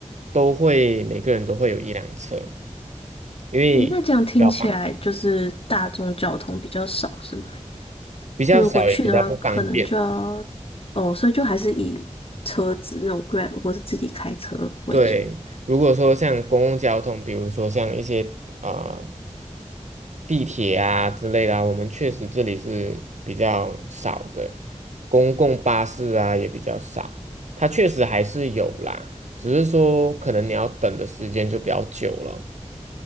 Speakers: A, on the right (about 70°); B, on the left (about 50°).
A: 都会每个人都会有一辆车，因为比较方便，
B: 诶那这样听起来就是大众交通比较少，是吗？
A: 比较少也比较不方便。
B: 就如果去的话，可能就要哦，所以就还是以车子那种 Grab 或是自己开车为主。
A: 对，如果说像公共交通，比如说像一些啊、呃地铁啊之类的啊我们确实这里是比较少的，公共巴士啊也比较少，它确实还是有啦，只是说可能你要等的时间就比较久了，